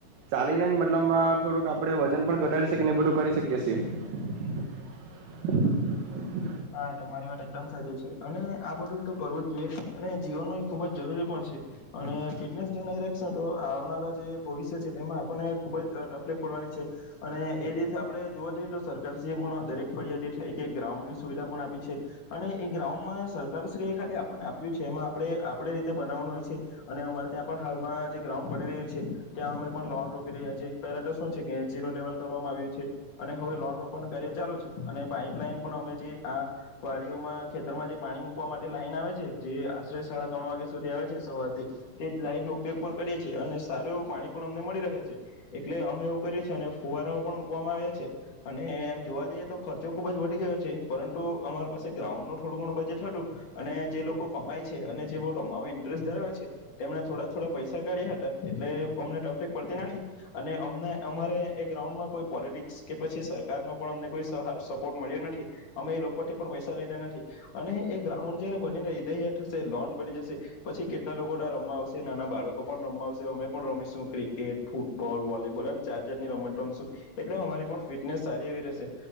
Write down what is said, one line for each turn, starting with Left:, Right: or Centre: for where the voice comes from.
Right: ચાલીને જ મતલબમાં થોડુંક આપણે વજન પણ ઘટાડી શકીએને બધું કરી શકીએ છીએ <inaudible>
Left: હા તમારી માટે એકદમ ફાયદો છે અને આ બધું તો કરવું જ જોઈએ અને જીવનમાં એ ખૂબ જરૂરી પણ છે અને ફિટનેસ જો નહી તો આવનારા જે ભવિષ્ય છે તેમાં આપણને ખુબ જ તકલીફ પડવાની છે અને એ રીતે આપણે જોવા જઈએ તો સરકારશ્રી એ પણ દરેક ફરિયાદી છે એક ગ્રાઉન્ડ સુવિધા પણ આપી છે અને એ ગ્રાઉન્ડમાં સરકારશ્રીએ ખાલી આપણને આપ્યું છે એમાં આપણે આપણે રીતે બનાવવાનું હોય છે અને અમારે ત્યાં પણ હાલમાં જે ગ્રાઉન્ડ બની રહ્યું છે ત્યાં અમે પણ લોન રોપી રહ્યા છે પેરાટ શું છે કે ીરો લેવલ કરવામાં આવ્યું છે અને હવે લોન રોપવાનું કાર્ય ચાલુ છે અને પાઇપલાઈન પણ અમે જે આ વાડીઓમાં ખેતરમાં જે પાણી મૂકવા માટે લાઈન આવે છે જે આશરે સાડા ત્રણ વાગ્યા સુધી આવે છે સવારથી તે જ લાઈનનોો ઉપયોગ પણ કરીએ છીએ અને સારું એવું પાણી પણ અમને મળી રહે છે એટલે અમે એવું કરીએ છી અને ફુવારાઓ પણ મૂકવામાં આવ્યા છે અને એમ જોવા જઈએ તો ખર્ચો ખુબ જ વધી ગયો છે પરંતુ અમારી પાસે ગ્રાઉન્ડનું થોડું ઘણું બજેટ હતું અને જે લોકો કમાય છે અને જે લોકો રમવામાં ઇન્ટરેસ્ટ ધરાવે છે તેમણે થોડા થોડા પૈસા કાઢ્યા હતા એટલે અમને ટફિક પડતી નથી અને અમને અમારે એ ગ્રાઉન્ડમાં કોઈ પોલિટિક્સ કે પછી સરકારનો પણ અમને કોઈ સહ સપોર્ટ મળ્યો નથી અમે એ લોકો પણ પૈસા રેા નથી અને એ ગ્રાઉન્ડ જયારે બની રહી થશે લોન બની જશે પછી કેટલા લોકો રમવા આવશે નાના બાળકો પણ રમવા આવશે અમે પણ રમીશું ક્રિકેટ ફૂટબોલ વોલીબોલ એમ ચાર ચાર ની રમત રમશું એટલે અમારી પણ ફિટનેસ સારી એવી રહેશે